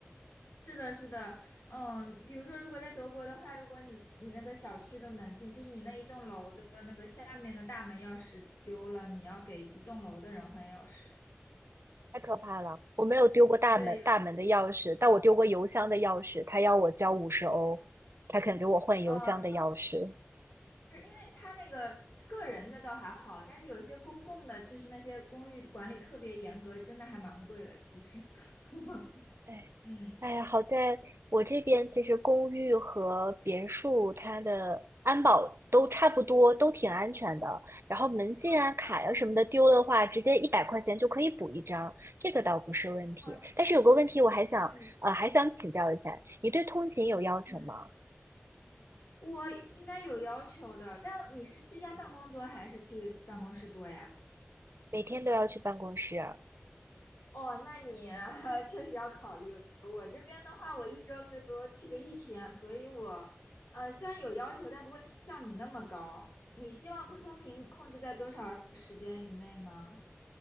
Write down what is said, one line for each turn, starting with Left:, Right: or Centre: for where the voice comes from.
Left: 是的，是的，嗯，比如说如果在德国的话，如果你你那个小区的门禁，就是你那一栋楼的那个下面的大门钥匙丢了，你要给一栋楼的人换钥匙。
Right: 太可怕了。我没有丢过大门大门的钥匙，
Left: 对，
Right: 但我丢过邮箱的钥匙，他要我交五十欧，他肯给我换邮箱的钥匙。
Left: 哦，是因为他那个个人的倒还好，但是有一些公共的，就是那些公寓管理特别严格，真的还蛮贵的。其实，<laughs>
Right: 哎，
Left: 嗯，
Right: 哎呀，好在我这边其实公寓和别墅它的安保都差不多，都挺安全的。然后门禁啊、
Left: 哦，
Right: 卡呀、
Left: 那
Right: 什么的丢了的话，直接一百块钱就可以补一张，这个倒不是问题。
Left: 哦，那
Right: 但是有个问题，我还想呃还想请教一下，
Left: 是，
Right: 你对通勤有要求吗？
Left: 嗯，我应该有要求的。但你是居家办公多还是去办公室多呀？
Right: 每天都要去办公室？
Left: 哦，那你 <laughs> 确实要考虑。我这边的话，我一周最多去个一天，所以我，呃，虽然有要求，但不会像你那么高。你希望通勤控制在多少时间以内呢？